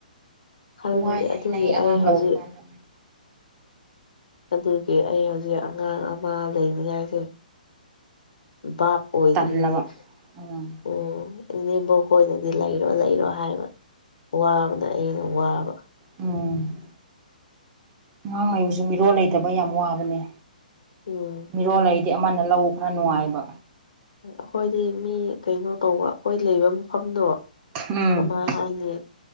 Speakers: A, on the left; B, on the right.
A: ꯈꯜ
B: ꯋꯥꯏ
A: ꯑꯗꯨꯒꯤ
B: ꯍꯥꯏꯅꯩ ꯑꯉꯥꯡ
A: ꯑꯩ ꯍꯧꯖꯤꯛ
B: ꯂꯧꯔꯤꯀꯥꯟꯗ
A: ꯑꯗꯨꯒꯤ ꯑꯩ ꯍꯧꯖꯤꯛ ꯑꯉꯥꯡ ꯑꯃ ꯂꯩꯅꯤꯡꯉꯥꯏꯁꯦ ꯕꯥꯞ ꯑꯣꯏꯗꯔꯤ
B: ꯇꯜꯂꯕ
A: ꯍꯧꯖꯤꯛ
B: ꯎꯝ
A: ꯑꯣ ꯏꯅꯦꯕꯣꯛꯈꯣꯏꯅꯗꯤ ꯂꯩꯔꯣ ꯂꯩꯔꯣ ꯍꯥꯏꯕ ꯋꯥꯕꯅ ꯑꯩꯅ ꯋꯥꯕ
B: ꯑꯝ ꯑꯉꯥꯡ ꯂꯩꯕꯁꯨ ꯃꯤꯔꯣꯜ ꯂꯩꯇꯕ ꯌꯥꯝ ꯋꯥꯕꯅꯦ
A: ꯎꯝ
B: ꯃꯤꯔꯣꯜꯂꯩꯗꯤ ꯑꯃꯅ ꯂꯧ ꯈꯔ ꯅꯨꯡꯉꯥꯏꯕ
A: ꯑꯩꯈꯣꯏꯗꯤ ꯃꯤ ꯀꯩꯅꯣ ꯇꯧꯕ ꯑꯩꯈꯣꯏ ꯂꯩꯕ ꯃꯐꯝꯗꯣ
B: ꯎꯝ
A: ꯑꯃ ꯍꯥꯏꯗꯤ